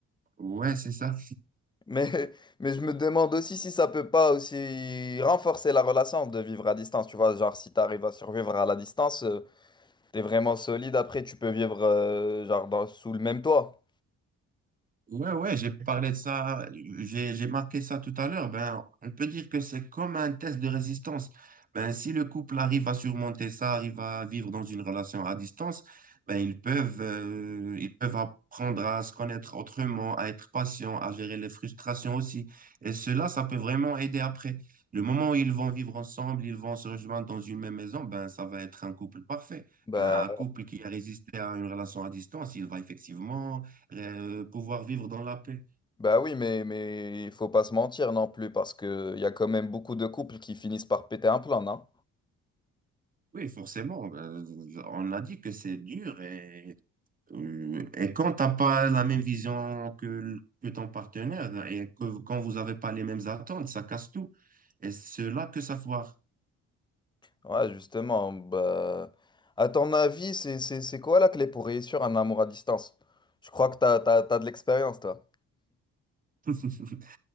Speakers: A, on the right; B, on the left.
A: ouais, c'est ça.
B: <laughs> Mais, mais je me demande aussi si ça peut pas aussi renforcer la relation de vivre à distance, tu vois, genre si tu arrives à survivre à la distance. euh, T'es vraiment solide, après tu peux vivre euh, genre dans- sous le même toit.
A: Ouais, ouais, j'ai parlé de ça, j'ai, j'ai marqué ça tout à l'heure. Ben, on peut dire que c'est comme un test de résistance. Ben, si le couple arrive à surmonter ça, arrive à vivre dans une relation à distance, ben, ils peuvent, euh, ils peuvent apprendre à se connaître autrement, à être patient, à gérer les frustrations aussi. Et cela, ça peut vraiment aider après. Le moment où ils vont vivre ensemble, ils vont se rejoindre dans une même maison, ben, ça va être un couple parfait.
B: Bah,
A: Ben, un couple qui a résisté à une relation à distance, il va effectivement euh, pouvoir vivre dans la paix.
B: bah oui, mais, mais il faut pas se mentir non plus, parce que il y a quand même beaucoup de couples qui finissent par péter un plan, non?
A: Oui, forcément, euh, on a dit que c'est dur et, euh, et quand t'as pas la même vision que, l- que ton partenaire et que quand vous n'avez pas les mêmes attentes, ça casse tout. Et c'est là que ça foire.
B: Ouais, justement, bah... À ton avis, c'est, c'est, c'est quoi la clé pour réussir un amour à distance? Je crois que t'as, t'as, t'as de l'expérience, toi.
A: <laughs>